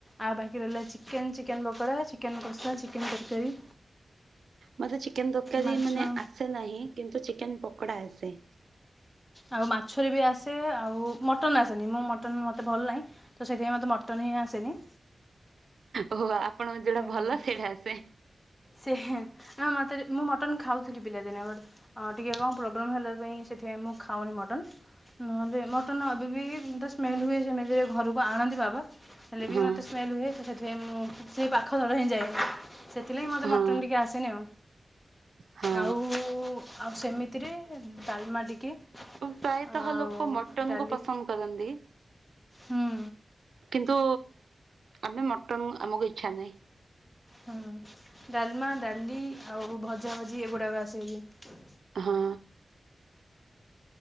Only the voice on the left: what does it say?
ଆଉ ବାକି ରହିଲା ଚିକେନ୍, ଚିକେନ୍ ପକୋଡ଼ା, ଚିକେନ୍ କଷା, ଚିକେନ ତରକାରୀ।
ମାଛ
ଆଉ ମାଛରେ ବି ଆସେ। ଆଉ ମଟନ୍ ଆସେନି ମୁଁ ମଟନ୍ ମୋତେ ଭଲ ନାହିଁ। ତ ସେଥିପାଇଁ ମତେ ମଟନ୍ ହିଁ ଆସେ ନି।
ଏମିତି
ସେ ହେ ନା ମତେ ଯେ ମୁଁ ମଟନ୍ ଖାଉଥିଲି ପିଲାଦିନେ ଆମର। ଅ ଟିକେ କଣ ପ୍ରୋବ୍ଲେମ ହେଲା ପାଇଁ ସେଥିପାଇଁ ମୁଁ ଖା୍ ଖାଉନି ମଟନ୍ ନହେଲେ ମଟନ୍ ଏବେ ବି ମତେ ସ୍ମେଲ୍ ହୁଏ ସେମିତିରେ ଘରକୁ ଆଣନ୍ତି ବାବା ହେଲେ ବି
ମତେ ସ୍ମେଲ ହୁଏ ତ ସେଥିପାଇଁ ମୁଁ ସେଇ ପାଖ ଘର ହିଁ ଯାଏନି। ସେଥିଲାଗି ମୋତେ
ମଟନ୍ ଟିକେ ଆସିନି ଆଉ।
ଆଉ ଆଉ ସେମିତିରେ ଡାଲମା ଟିକେ
ଆଉ
ଡାଲି
ହୁଁ
ହଁ ଡାଲମା ଡାଲି ଆଉ ଭଜା ଭଜି ଏଗୁଡ଼ାକ ଆସେ ବି।